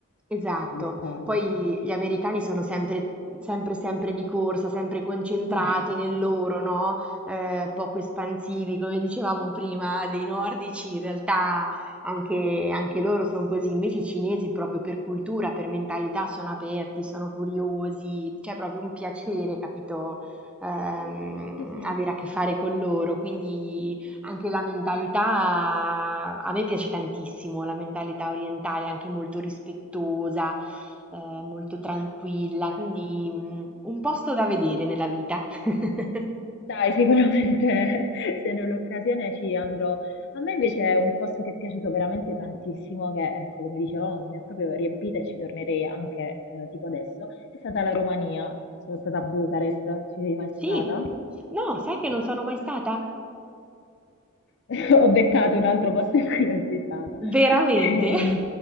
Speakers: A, in the centre; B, on the left.
A: Esatto,
B: alle spalle.
A: poi gli americani sono sempre, sempre, sempre di corsa, sempre concentrati
B: <laughs>
A: nel loro, no? Eh, poco espansivi, come dicevamo prima, dei nordici, in realtà anche, anche loro sono così, invece i cinesi proprio per cultura, per mentalità sono aperti, sono curiosi, c'è proprio un piacere, capito? Ehm,
B: Sì, sì, è
A: avere a che fare con loro, quindi anche la mentalità, a me piace tantissimo la mentalità orientale, anche molto rispettosa, eh, molto tranquilla,
B: vero.
A: quindi mm, un posto da vedere nella vita. <laughs>
B: Dai, sicuramente <laughs> se ne ho l'occasione ci andrò. A me invece è un posto che è piaciuto veramente tantissimo, che ecco, come dicevamo, mi ha proprio riempita e ci tornerei anche eh, tipo adesso. È stata la Romania, sono stata a Bucarest, ci sei mai
A: Sì,
B: stata?
A: no, sai che
B: Ah.
A: non sono mai stata?
B: <laughs> Ho beccato un altro posto in cui non sei stata.
A: Veramente?
B: Eh,